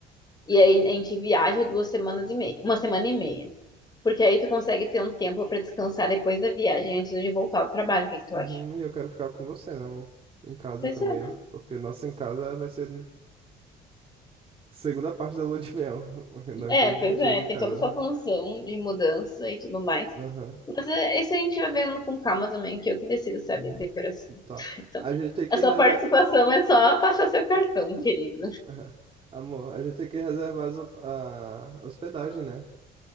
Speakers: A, on the left; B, on the right.
A: E aí a gente viaja duas semanas e meia, uma semana e meia. Porque aí tu consegue ter um tempo pra descansar depois da viagem, antes de voltar ao trabalho. O que que tu
B: Uhum,
A: acha?
B: e eu quero ficar com você, né, amor? Em casa
A: Pois
B: também.
A: é.
B: Porque nossa em casa vai ser segunda parte da lua de mel. <laughs> Nós
A: É,
B: dois juntinhos
A: pois é,
B: em casa.
A: tem toda essa função
B: né?
A: de mudança e tudo mais.
B: Aham.
A: Mas é, isso a gente vai vendo com calma também, que eu que decido, sabe, decoração.
B: Tá.
A: <laughs> Então,
B: A gente tem que
A: a sua
B: reservar.
A: participação é só passar seu cartão, querido.
B: Aham. Amor, a gente tem que reservar as op- a hospedagem, né?